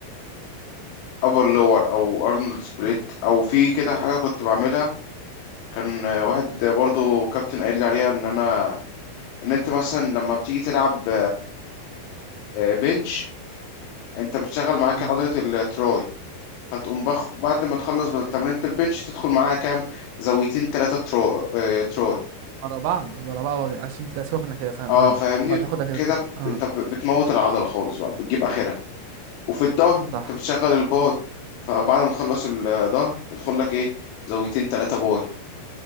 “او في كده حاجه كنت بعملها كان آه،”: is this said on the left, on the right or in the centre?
Left